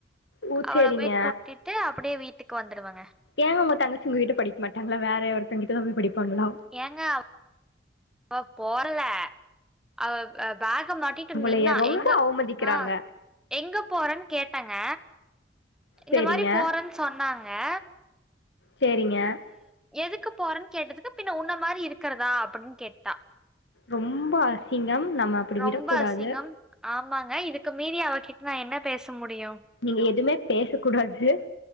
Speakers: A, on the left; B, in the centre.
A: ஓ
B: அவள
A: சேரிங்க
B: போய் கூட்டிட்டு அப்டியே வீட்டுக்கு வந்துருவங்க
A: ஏங்க உங்க தங்கச்சி உங்க கிட்ட படிக்க மாட்டாங்ளா வேற ஒருத்தங்கிட்ட தா போய் படிப்பாங்களா
B: ஏங்க அவ போரல அவ பேக மாட்டிட்...
A: உங்களைய
B: நின்னா
A: ரொம்ப
B: எங்க
A: அவமதிக்கிறாங்க
B: அ எங்க போறன் கேட்டங்க இந்த
A: சேரிங்க
B: மாரி போறன் சொன்னாங்க.. !
A: செரிங்க!
B: எதுக்கு போறன் கேட்டதுக்கு பின்ன உன்ன மாரி இருக்குறதா அப்டின் கேட்டா..
A: ரொம்ப அசிங்கம் நம்ம அப்டி
B: ரொம்ப
A: விடக்கூடாது!
B: அசிங்கம். ஆமாங்க! இதுக்கு மீறி அவகிட்ட நா என்ன பேச முடியு
A: நீங்க எதுமே பேச கூடாது! !